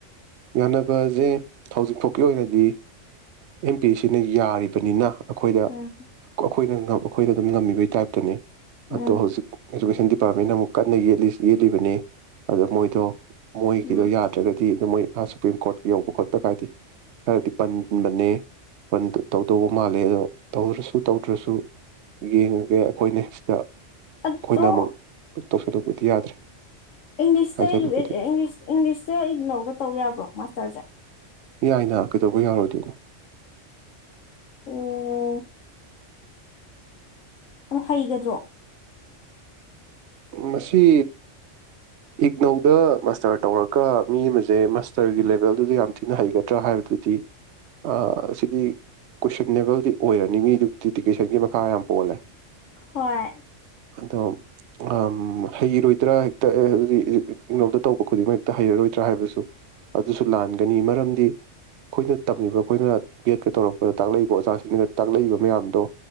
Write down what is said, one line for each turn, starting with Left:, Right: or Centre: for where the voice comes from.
Right: ꯌꯥꯅꯕꯁꯦ ꯍꯧꯖꯤꯛ ꯐꯥꯎꯒꯤ ꯑꯣꯏꯅꯗꯤ ꯑꯦꯝ ꯄꯤ ꯁꯤꯅ ꯌꯥꯔꯤꯕꯅꯤꯅ ꯑꯈꯣꯏꯗ
Left: ꯎꯝ
Right: ꯑꯈꯣꯏꯅ ꯉꯝ ꯃꯈꯣꯏꯅ ꯑꯗꯨꯝ ꯉꯝꯃꯤꯕꯩ ꯇꯥꯏꯞꯇꯅꯤ
Left: ꯎꯝ
Right: ꯑꯗꯣ ꯍꯧꯖꯤꯛ ꯏꯗꯨꯨꯀꯦꯁꯟ ꯗꯤꯄꯥꯔꯃꯦꯟꯅ ꯑꯃꯨꯛ ꯀꯟꯅ ꯌꯦꯠꯂꯤ ꯌꯦꯠꯂꯤꯕꯅꯦ ꯑꯗ ꯃꯣꯏꯗꯣ ꯃꯣꯏꯒꯤꯗꯣ
Left: ꯎꯝ
Right: ꯌꯥꯗ꯭ꯔꯒꯗꯤ ꯑꯗꯣ ꯑꯥ ꯁꯨꯄ꯭ꯔꯤꯝ ꯀꯣꯔꯠ ꯌꯧꯕ ꯈꯣꯠꯄ ꯀꯥꯏꯗꯤ ꯈꯔꯗꯤ ꯄꯟꯕꯅꯦ ꯇꯧꯗꯧꯕ ꯃꯥꯜꯂꯦ ꯑꯗꯣ ꯇꯧꯗ꯭ꯔꯁꯨ ꯇꯧꯗ꯭ꯔꯁꯨ ꯌꯦꯡꯉꯒꯦ ꯑꯈꯣꯏꯅ ꯁꯤꯗ
Left: ꯑꯗꯣ
Right: ꯑꯈꯣꯏꯅ ꯑꯃꯨꯛ ꯇꯧꯁꯟꯂꯨꯕ ꯇꯤ ꯌꯥꯗ꯭ꯔꯦ
Left: ꯏꯪꯂꯤꯁꯇ
Right: ꯍꯥꯏꯖꯜꯂꯨꯕꯗꯤ
Left: ꯏꯖꯨ ꯏꯪꯂꯤꯁ ꯏꯪꯂꯤꯁꯇ ꯏꯒꯅꯧꯗ ꯇꯧꯕ ꯌꯥꯕ꯭ꯔꯣ ꯃꯥꯁꯇꯔꯖꯦ
Right: ꯌꯥꯏꯅ ꯀꯩꯗꯧꯕꯩ ꯌꯥꯔꯣꯏꯗꯣꯏꯗꯣ
Left: ꯑꯣ ꯑꯗꯣ ꯍꯩꯒꯗ꯭ꯔꯣ
Right: ꯃꯁꯤ ꯏꯛꯅꯧꯗ ꯃꯥꯁꯇꯔ ꯇꯧꯔꯒ ꯃꯤ ꯑꯃꯁꯦ ꯃꯥꯁꯇꯔꯒꯤ ꯂꯦꯚꯦꯜꯗꯨꯗ ꯌꯥꯝ ꯊꯤꯅ ꯍꯩꯒꯗ꯭ꯔꯥ ꯍꯥꯏꯕꯗꯨꯗꯤ ꯑ ꯁꯤꯗꯤ ꯀꯣꯏꯁꯟꯅꯦꯕꯜꯗꯤ ꯑꯣꯏꯔꯅꯤ ꯃꯤꯗꯨꯒꯤ ꯗꯦꯗꯤꯀꯦꯁꯟꯒꯤ ꯈꯥ ꯌꯥꯝ ꯄꯣꯜꯂꯦ
Left: ꯍꯣꯏ
Right: ꯑꯗꯣ ꯎꯝ ꯍꯩꯔꯣꯏꯗ꯭ꯔꯥ ꯍꯦꯛꯇ ꯑ ꯑꯗꯨꯗꯤ ꯏ ꯏꯛꯅꯧꯗ ꯇꯧꯕ ꯈꯨꯗꯤꯡꯃꯛ ꯍꯦꯛꯇ ꯍꯩꯔꯔꯣꯏꯗ꯭ꯔꯥ ꯍꯥꯏꯕꯁꯨ ꯑꯗꯨꯁꯨ ꯂꯥꯟꯒꯅꯤ ꯃꯔꯝꯗꯤ ꯑꯩꯈꯣꯏꯅ ꯇꯝꯃꯤꯕ ꯑꯩꯈꯣꯏꯅ ꯕꯦꯠꯀ ꯇꯧꯔꯛꯄꯗ ꯇꯥꯛꯂꯛꯏꯕ ꯑꯣꯖꯥꯁꯤꯡꯁꯤꯅ ꯇꯥꯛꯂꯛꯏꯕ ꯃꯌꯥꯝꯗꯣ